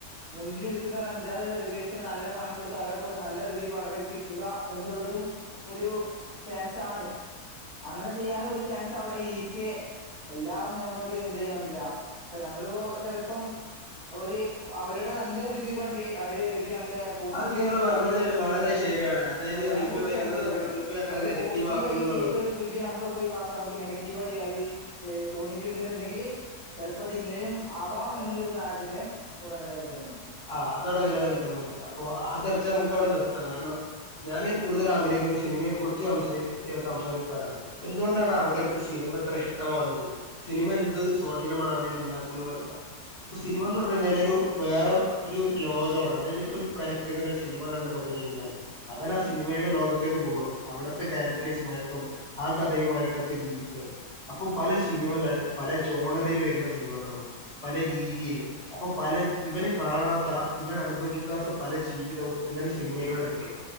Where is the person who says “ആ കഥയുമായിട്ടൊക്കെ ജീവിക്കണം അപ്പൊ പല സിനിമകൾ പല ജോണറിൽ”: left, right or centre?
Left